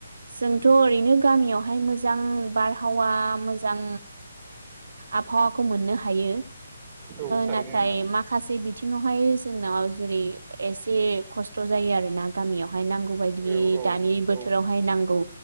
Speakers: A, on the right; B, on the right.
A: जोंथ' ओरैनो गामियावहाय मोजां बारहावा मोजां आबहावाखौ मोननो हायो
B: औ थारैनो
A: नाथाय
B: नोंथां
A: माखासे बिथिङावहाय जोंनाव जेरै एसे खस्थ' जायो आरोना गामियावहाय नांगौ बायदि
B: औ औ
A: दानि बोथो-
B: औ
A: रावहाय नांगौ